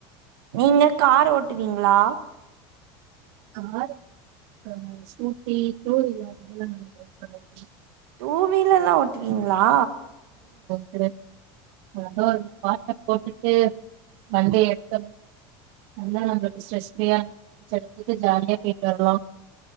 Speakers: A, on the right (about 85°); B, on the right (about 55°).
A: நீங்க கார் ஓட்டுவீங்களா
B: கார் ஓட்டவராது ஸ்கூட்டி டூவீலர் அதல்லா நல்ல டிரைவ் பண்ணுவ
A: டூ வீர்ல்லா ஓட்டுவீங்க லா
B: <unintelligible> அது ஒரு பாட்ட போட்டுட்டு வண்டிய எடுத்த நல்லா நம்மளுக்கு ஸ்ட்ரெஸ்பியா எடுத்துட்டு ஜாலியா போயிட்டு வரலாம்